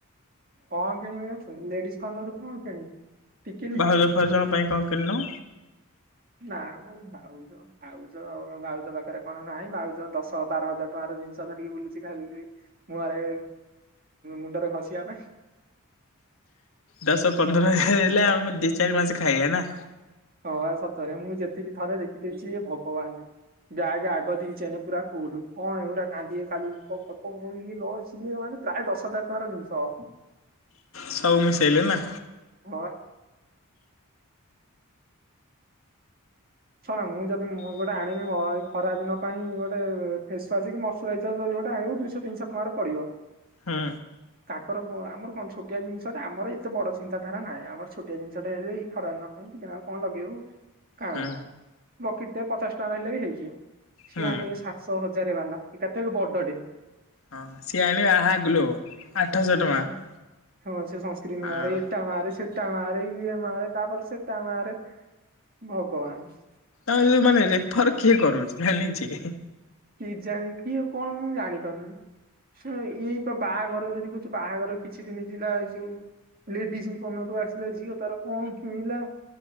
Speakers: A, on the right; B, on the left.
A: କଣ କିଣିବ ଲେଡିଜ କାନ ତ କଣ କିଣିବି ଟିକିଲି
B: ବାାଉଜା ଫାଉଜଙ୍କ ପାଇଁ କଣ କିଲ
A: ନା ମ ଭାଉଜ ବାାଉଜ ବାଳଜ ପାଖରେ କଣ ନାହିଁ ବାଳଜ ଦଶ ବାର ହଜାର ଟଙ୍କାର ଜିନିଷ ଧରିକି ବୁଲୁଛି ଖାଲି ମୁହଁରେ ମୁଣ୍ଡରେ ଘଷିବା ପାଇଁ <inaudible>
B: ଦଶ ପନ୍ଦର ହେଲେ ଆମେ ଦି ଚାରି ମାସ ଖାଇବା ନା
A: ହଁ ସତରେ ମୁଁ ଯେତିକି ଥରେ ଦେଖିଦେଇଛି ଇଏ ଭଗବାନ ଯାକ ଆଡ ଦେଇଛିେ ପୁରା କୁହୁଲୁ କଣ ହେୁରା କାନ୍ଦେ ଖାଲି ଇଏ ସିଏ ମାନେ ପ୍ରାୟ ଦଶ ହଜାର ଟଙ୍କାର ଜିନିଷ ହବ
B: ସବୁ ମିଶେଇଲେ ନା
A: ହଁ ବା ଶୁଣ ମୁଁ ଯଦି ମୁଁ ଗୋଟେ ଆଣିବିଇ ଖରା ଦିନ ପାଇଁ ଗୋଟେ ଫେସୱା କି ମଶ୍ଚରାଇଜର ଯି ଗୋଟେ ଆଣିବୁ ଦୁଇଶହ ତିନିଶହ ଟଙ୍କାରେ ପଡିବ
B: ହଁ
A: ତାଙ୍କର ଆମର କଣ ଛୋଆ ଜିନିଷଟା ଆମର ଏତେ ବଡ ଚିନ୍ତାଧାରା ନାହିଁ ଆମର ଛୋଆ ଜିନିଷଟା ଏବେଇ ଖରାପ ନ କ ଟିକେ କଣ ଲଗେଇବୁ ହଁ
B: ହୁଁ
A: ବକିଟରେ ପଚାଶ ଟଙ୍କା ଆହିଲେ ବି ହେଇଯିବ ସିଏ
B: ହୁଁ
A: ଆଣିବେ ସାତଶହ ହଜାର ବାଲା କେତେ ବଡ ଟେ <inaudible>
B: ହଁ ସିଏ ଆଣିବେ ବାହାଗଲ ଆଉ ଆଠଶହ
A: ହଁ
B: ଟଙ୍କା
A: ସେ
B: <inaudible>
A: ହଁ ସଂସ୍କ୍ର ମା
B: ହଁ
A: ମ <inaudible> ଟଣାରେ ଇଏ ମାରେ ତାପରେ ସେ ଟଣାରେ ଭଗବାନ <inaudible>
B: ଆ ମାନେ ରେଫର କିଏ କରୁଛି ନା ନି--ଜେ
A: କି ଜାଣି କିଉ କଣ ଜାଣିଛନ୍ତି? ସେ ଏଇ ବା ବାହାଘର ଯଦି ଯ ବାହାଘର କିଛି ଦିନଥିଲା ଏଇ ଯୋଉ ଲେଡିଜ ମନରୁ ଆସିଲା ଝିଅ ତାର କଣ କିଣିଲା